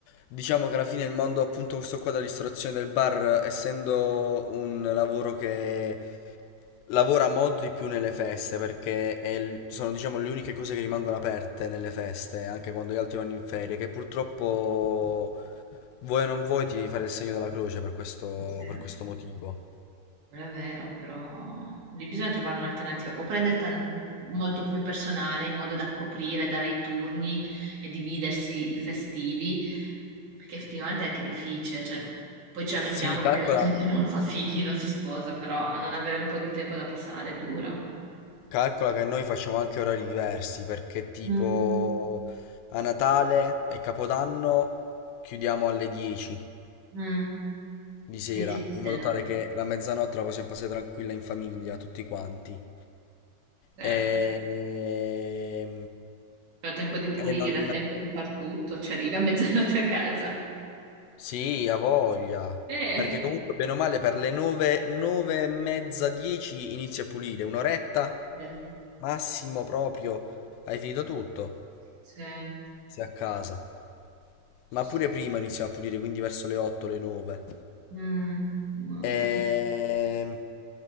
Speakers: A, on the left; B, on the right.
A: diciamo che alla fine il mondo appunto questo qua della ristorazione del bar, essendo un lavoro che Lavora molto di più nelle feste perché è l- sono diciamo le uniche cose che rimangono aperte nelle feste, anche quando gli altri vanno in ferie, che purtroppo vuoi o non vuoi ti devi fare il segno della croce per questo,
B: Eh sì.
A: per questo motivo.
B: Quello è vero, però lì bisogna trovare un'alternativa. O prende tan- molto più personale in modo da coprire, dare i turni e dividersi i festivi, perché effettivamente è anche difficile. Cioè, poi ci lamentiamo
A: Sì, calcola,
B: che la gente non fa figli, non si sposa, però non avere un po' di tempo da passare è dura.
A: calcola che noi facciamo anche orari diversi perché tipo
B: Mm.
A: a Natale e Capodanno chiudiamo alle 10
B: Mm.
A: di sera,
B: Difficile.
A: in modo tale che la mezzanotte la possiamo passare tranquilla in famiglia, tutti quanti.
B: Eh,
A: Ehm,
B: Però tempo di pulire,
A: E, non...
B: tempo di far tutto, ci arrivi a mezzanotte a casa.
A: Sì, ha voglia.
B: Eh.
A: Perché comunque, bene o male, per le nove, nove e mezza, dieci inizia a pulire. Un'oretta,
B: Eh,
A: massimo proprio, hai finito tutto.
B: sì,
A: Sei a casa.
B: ci
A: Ma
B: sta.
A: pure prima inizia a pulire, quindi verso le otto, le nove.
B: Mm, madonna.
A: Ehm,